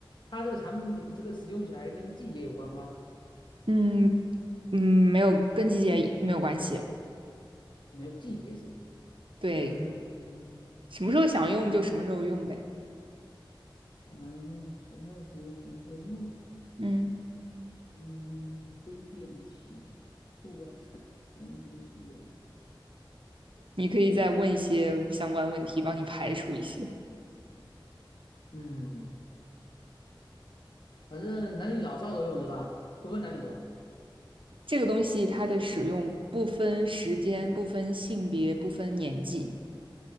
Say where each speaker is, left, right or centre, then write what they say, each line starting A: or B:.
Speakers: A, on the left; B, on the right.
A: 它这个产品这个使用起来跟季节有关吗？
B: 嗯嗯，没有，跟季节没有关系。
A: 没有季节性。
B: 对，
A: 嗯嗯
B: 什么时候想用就什么时候用呗。
A: 嗯，什么什么什么可以用？
B: 嗯，
A: 嗯，非电器，户外产品使用。
B: 你可以再问一些相关问题，帮你排除一些。
A: 嗯，反正男女老少都用是吧？不分男女的吧
B: 这个东西它的使用不分时间、不分性别、不分年纪。